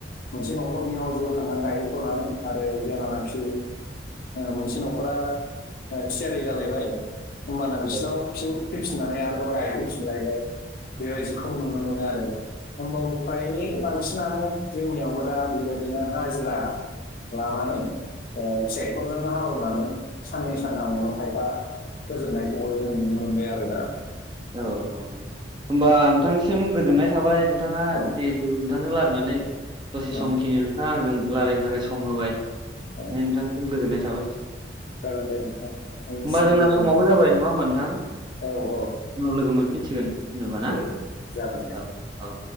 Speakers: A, on the left; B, on the right.
A: मोनसे न'खरनियाव ज' थांनानै गायहैथ'नानै आरो जेब्लानिखि ओ मोनसे न'खरा ओ थियारि जालायबाय होमबाना बिसिनाव
B: औ
A: फिन फैफिन फिननानै आरोबाव गायफैफिनलायनाय बेबायदिखौ नुनो मोनो आरो। होमबाबो फ्राय बांसिनानो जोंनियावबो दा बिबायदिनो हाजिरा लानानै ओ ट्रेक्टरजोंनो हालेवनानै साननै सानथामावनो खायफा फोजोबनायखौबो जों नुनो मोनबाय आरो दा।
B: औ औ औ होम्बा नोंथांनिसिम गोजोन्नाय थाबाय नोंथाङा
A: औ
B: जिहेथु नोंथांजों रालायनानै दसे
A: औ
B: समखिनि नोंथाङा आंजों लारायनो थाखाय सम होबाय ओमफाय
A: औ
B: नोंथांनिसिम गोजोन्नाय थाबाय।
A: जागोन दे नोंथां नोंथांनिसिमबो
B: होमबा जोंना
A: गोजाननो
B: समावबो
A: हागोन
B: जाबाय नङा होमबा नोंथां
A: औ औ।
B: उनाव लोगो मोनफिनसिगोन होनोबा ना
A: दे जागोन दे
B: औ औ।